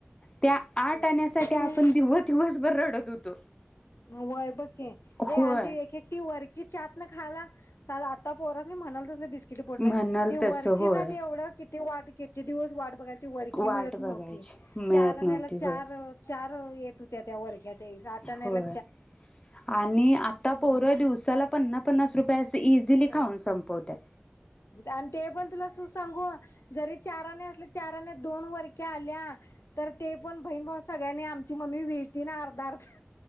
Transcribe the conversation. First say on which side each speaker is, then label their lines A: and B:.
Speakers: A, on the left; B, on the left.
A: त्या आठ
B: होय
A: आणण्यासाठी
B: त्याने
A: आपण दिव दििवसभर रडत होतो तो
B: वय बघ ए
A: होय
B: आंधी एक एकटी वरकी ात ना खाला आता पोर बी म्हणाल तसं ड वरकीसाठी
A: म्हणाल तस होय
B: एवढ वरकीसाठी किती वाट किती दिवस वाट बघायला त वरकी
A: वाट
B: मिळत
A: बघायची
B: नव्हती
A: मिळत
B: चरण्याला
A: नव्हती
B: चार
A: होय
B: चार येत होती त्या वर्गाचे तय जात आणायला
A: होय आणि आता
B: हम्म.
A: पोर दिवसाला पन्ना पन्नास रुप ते इझिली
B: हा
A: खाऊन संपवत्यात
B: आणि ते पण तुला सांगू जरी चाराने अस चारने दोन वरक्या आल्या तर ते पण बहीणभाऊ सगळ्यांनी आमची मम्मी व ना अर्ध अर्ध